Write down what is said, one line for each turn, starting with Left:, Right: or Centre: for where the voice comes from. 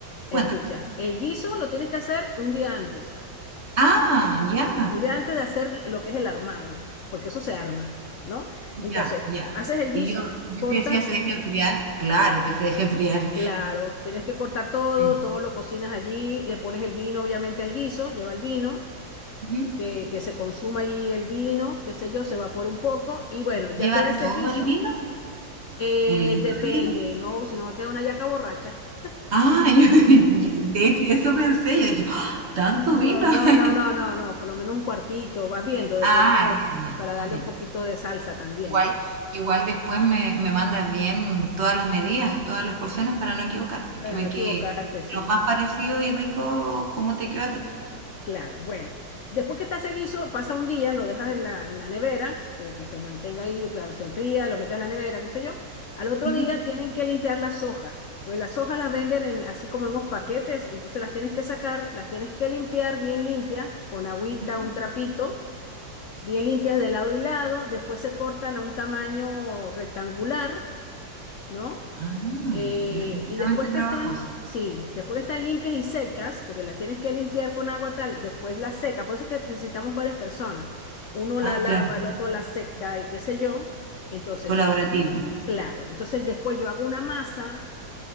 Right: Cuéntame.
Left: escucha, el guiso lo tienes que hacer un día antes,
Right: Ah, ya,
Left: un día antes de hacer lo que es el armado, porque eso se arma, ¿no?
Right: ya,
Left: Entonces,
Right: ya.
Left: haces el
Right: Y
Left: guiso,
Right: yo, yo
Left: cortas,
Right: te decía, ¿se deja enfriar? Claro que se deja enfriar.
Left: claro, tienes que cortar todo,
Right: Sí.
Left: todo lo cocinas allí, le pones el vino obviamente al guiso, lleva el vino.
Right: Ujú.
Left: que, que se consuma ahí el vino, qué sé yo, se evapora un poco y bueno, ya
Right: ¿Lleva
Left: queda
Right: todo
Left: ese guiso.
Right: el vino?
Left: Eh,
Right: ¿Un litro
Left: depende,
Right: de vino?
Left: ¿no? Si no va a quedar una yaca borracha.
Right: Ah, <laughs> yo, yo- de hecho, eso pensé, yo dije, ¡Ah! ¿tanto
Left: No,
Right: vino?
Left: no,
Right: <laughs>
Left: no, no, no, no, por lo menos un cuartito, vas viendo, depende
Right: Ah,
Left: de,
Right: ya, ya,
Left: para darle
Right: ya.
Left: un poquito de salsa también,
Right: Igual,
Left: ¿no?
Right: igual después me, me mandas bien todas las medidas, todas las porciones para no equivocarme,
Left: Para
Right: que me
Left: no equivocarte,
Right: quede
Left: sí.
Right: lo más parecido y rico como te quedó a ti.
Left: Claro, bueno. Después que está ese guiso, pasa un día, lo dejas en la, en la nevera, que, que se mantenga ahí, claro, se enfría, lo metes en la nevera, qué sé yo. Al otro
Right: Ujú,
Left: día tienen que limpiar las hojas, pues las hojas las venden en, así como en unos paquetes, y entonces las tienes que sacar, las tienes que limpiar bien limpias, con agüita,
Right: ujú.
Left: un trapito, bien limpias de lado y lado, después se cortan a un tamaño rectangular, ¿no?
Right: Ah,
Left: Eh,
Right: definitivamente
Left: y después que
Right: trabajoso.
Left: están, sí, después que están limpias y secas, porque las tienes que limpiar con agua tal, después las secas. Por eso es que necesitamos varias personas. Uno
Right: Ah,
Left: la lava,
Right: claro,
Left: el otro la seca y qué sé yo. Entonces,
Right: colaborativo.
Left: claro. Entonces después yo hago una masa